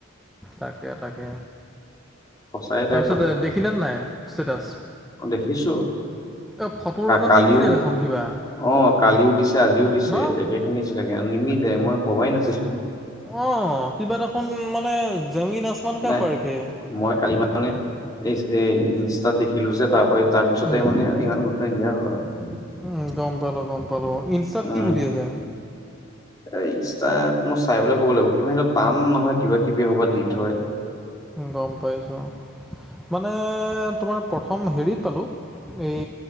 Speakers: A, in the centre; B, on the left.
A: তাকে, তাকে।
B: সঁচাই তাই
A: তাৰপিছত দেখিলে নাই ষ্টেটাছ?
B: অ', দেখিছোঁ।
A: এই ফটোৰ লগত
B: কালিও
A: নিমিলে দেখোন কিবা
B: অ, কালিও দিছে আজিও দিছে
A: ন
B: একে একেখিনি ষ্টেটাছকে নিমিলে মই ভবাই নাছিলোঁ
A: অ', কিবা দেখোন মানে জামিন আচমান কা
B: নাই
A: ফৰ্ক হে।
B: মই কালি ম মানে এই এ ইনষ্টাত দেখিলো যে তাৰ পৰা তাৰ পিছতে
A: উম,
B: মানে ইমান গুৰুত্ব নিদিয়া হ'লো আৰু।
A: উম, গম পালো, গম পালো ইনষ্টাত
B: উম
A: কি বুলি আছে?
B: এ ইনষ্টাত মই চাই পেলাই ক'ব লাগিব কিবা টান নহয় কিবা কিবি এসোপা দি থয়।
A: গম পাইছোঁ। মানে তোমাৰ প্ৰথম হেৰিত পালোঁ এই